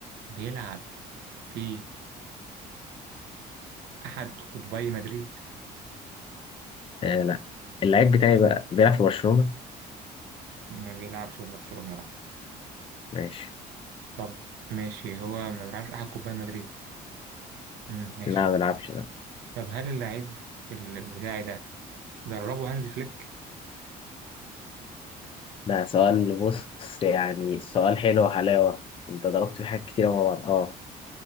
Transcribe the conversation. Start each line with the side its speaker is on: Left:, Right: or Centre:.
Right: بيلعب في أحد قطبي مدريد؟
Left: آه لا اللعيب بتاعي بقى بيلعب في برشلونة
Right: ما بيلعبش في برشلونة لا
Left: ماشي
Right: طب ماشي هو ما بيلعبش أحد قطبي مدريد مم، ماشي
Left: لا ما بيلعبش لا
Right: طب هل اللاعب ال- بتاعي ده دربه هانز فليك؟
Left: ده سؤال بص يعني سؤال حلو وحلاوة انت ضربت في حاجات كتير مع بعض اه